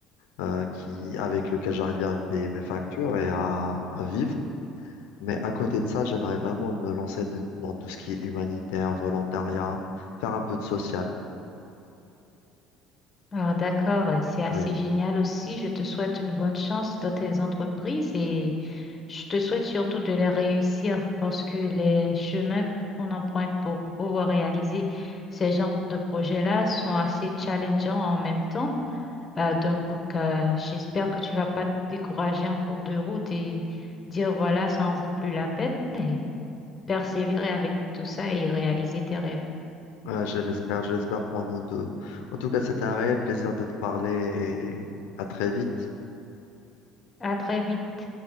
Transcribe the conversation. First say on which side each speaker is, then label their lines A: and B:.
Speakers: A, on the left; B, on the left.
A: euh, qui, avec lequel j'arrivais à payer mes factures et à, à vivre. Mais à côté de ça, j'aimerais vraiment me lancer de- dans tout ce qui est humanitaire, volontariat, faire un peu de social.
B: Ah d'accord, c'est assez
A: Oui,
B: génial aussi. Je te souhaite une bonne chance dans tes entreprises et Je te souhaite surtout de les réussir parce que les chemins qu'on emprunte pour pouvoir réaliser ces genres de projets-là sont assez challengeants en même temps. Euh, donc, euh, j'espère que tu vas pas te décourager en cours de route et dire voilà, ça en vaut plus la peine et persévérer avec tout ça et réaliser tes rêves.
A: Euh, je l'espère, je l'espère pour nous deux. En tout cas, c'était un réel plaisir de te parler et à très vite.
B: À très vite.